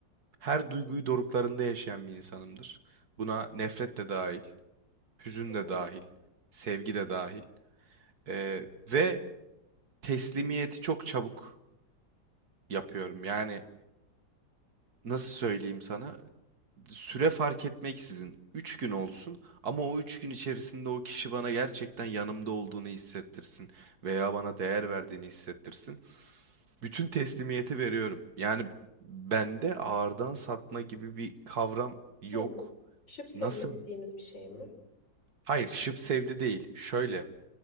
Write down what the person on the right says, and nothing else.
her duyguyu doruklarında yaşayan bir insanımdır. Buna nefret de dahil, hüzün
de dahil, sevgi de dahil. Eee, ve teslimiyeti çok çabuk yapıyorum. Yani nasıl söyleyeyim sana? Süre fark etmeksizin Üç gün olsun ama o 3 gün içerisinde o kişi bana gerçekten yanımda olduğunu hissettirsin veya bana değer verdiğini hissettirsin. Bütün teslimiyeti veriyorum. Yani bende ağırdan satma gibi bir kavram yok.
Nasıl?
Hayır, şıp sevdi değil. Şöyle.